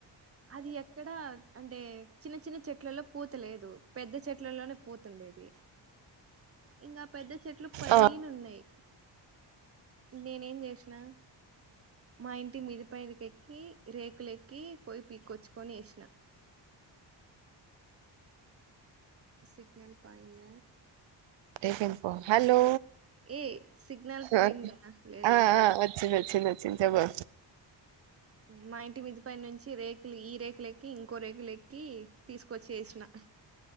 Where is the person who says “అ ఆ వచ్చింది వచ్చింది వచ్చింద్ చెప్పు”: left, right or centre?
Right